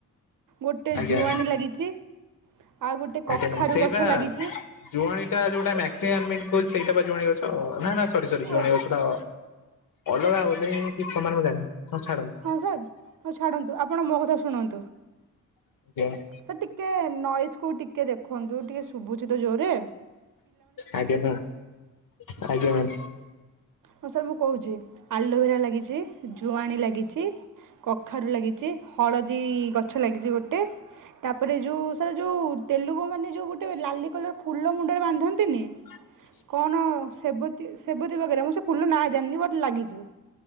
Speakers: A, on the right (about 70°); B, on the left (about 80°).
A: ଗୋଟେ
B: ଆଜ୍ଞା
A: ଜୁଆଣି ଲାଗିଚି ଆଉ ଗୋଟେ
B: ଆଜ୍ଞା
A: କଖାରୁ
B: ସେଇ
A: ଗଛ
B: ବା
A: ଲାଗିଚି।
B: ଜୁଆଣି ଟା ଯୋଉଟା ନାସିଆ ଆମେ ମନେ କୋହୁଚୁ ସେଇଟା ପା ଜୁଆଣି ଗଛ ନା ନା ସରି ସରି
A: ଓ
B: ଜୁଆଣି ଗଛୁଟା। ଅଲଗା ହବ କି ସମାନ ମୁ ଜାଣିନି ହଁ ଛାଡନ୍ତୁ।
A: ହଁ ସାର୍ ହଁ ଛାଡ଼ନ୍ତୁ ଆପଣ ମୋ କଥା ଶୁଣନ୍ତୁ।
B: <inaudible>
A: ସେ ଟିକେ ନଏସ୍ କୁ ଟିକେ ଦେଖନ୍ତୁ ଟିକେ ଶୁଭୁଛି ତ ଜୋରେ।
B: ଆଜ୍ଞା ସାର୍ ଆଜ୍ଞା ମ୍ୟାମ।
A: ହଁ ସାର୍ ମୁଁ କହୁଛି ଆଲୋଭେରା ଲାଗିଚି ଜୁଆଣି ଲାଗିଚି। କଖାରୁ ଲାଗିଚି ହଳଦୀ ଗଛ ଲାଗିଚି ଗୋଟେ। ତାପରେ ଯେଉଁ ସାର୍ ଯେଉଁ ତେଲୁଗୁ ମାନେ ଯେଉଁ ଗୋଟେ ଲାଲି କଲର ଫୁଲ ମୁଣ୍ଡରେ ବାନ୍ଧନ୍ତିନେହିଁ।
B: <inaudible>
A: କଣ ସେବୀ ସେବତୀ ଲଗେଇଲା ମୁଁ ସେ ଫୁଲ ନାଁ ଜାଣିନି ବଟ ଲାଗିଚି।